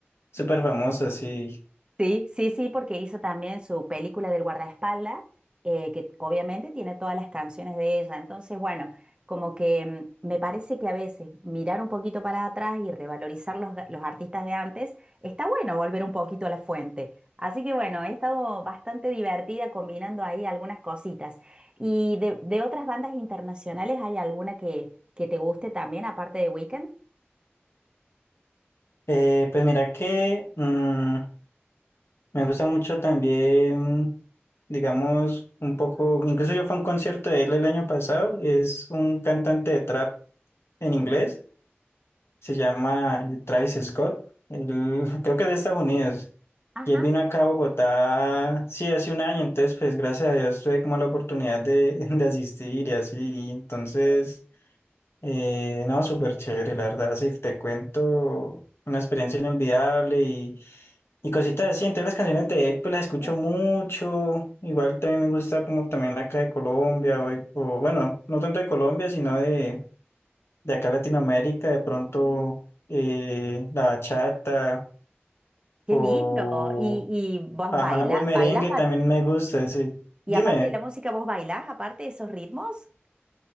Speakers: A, on the left; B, on the right.
A: súper famosa, sí.
B: Sí, sí, sí, porque hizo también su película del guardaespaldas, eh, que obviamente tiene todas las canciones de ella. Entonces, bueno, como que mm, me parece que a veces mirar un poquito para atrás y revalorizar los, ga- los artistas de antes, está bueno volver un poquito a la fuente. Así que bueno, he estado bastante divertida combinando ahí algunas cositas. ¿Y de, de otras bandas internacionales hay alguna que, que te guste también, aparte de Weekend?
A: Eh, pues mira que mm, me gusta mucho también, digamos, un poco, incluso yo fui a un concierto de él el año pasado, es un cantante de trap en inglés,
B: Mm.
A: se llama Travis Scott, él, <laughs> creo que es de Estados Unidos,
B: Ajá.
A: y él vino acá a Bogotá, sí, hace un año, entonces pues gracias a Dios tuve como la oportunidad de, <laughs> de asistir y así, entonces... Eh, no, súper chévere, la verdad, sí, te cuento una experiencia inolvidable y, y cositas así. Entonces las canciones de él, pues las escucho
B: Bien.
A: mucho. Igual también me gusta como también acá de Colombia, o, o, bueno, no tanto de Colombia, sino de, de acá Latinoamérica, de pronto eh, la bachata
B: Qué
A: o,
B: lindo. ¿Y, y vos
A: ajá,
B: baila,
A: o el merengue
B: bailas
A: también me gusta, sí.
B: Y
A: Dime,
B: aparte de la música, ¿vos bailás aparte de esos ritmos?